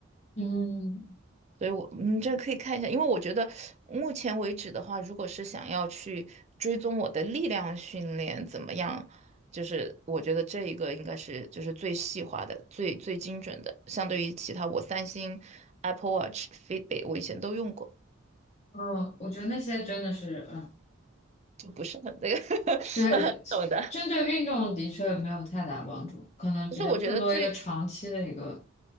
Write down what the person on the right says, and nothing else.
所以我，你这可以看一下，因为我觉得目前为止的话，如果是想要去追踪我的力量训练怎么样，就是我觉得这一个应该是就是最细化的、最最精准的，相对于其他我三星、Apple Watch、Fitbit，我以前都用过。
就不是很那个 <laughs>
懂的。
其实我觉得最